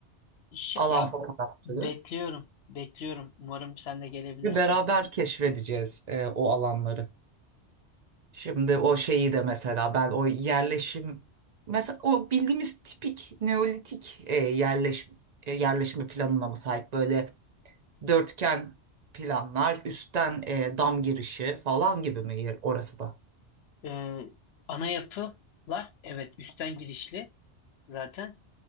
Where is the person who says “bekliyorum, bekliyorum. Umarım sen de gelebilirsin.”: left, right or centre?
Left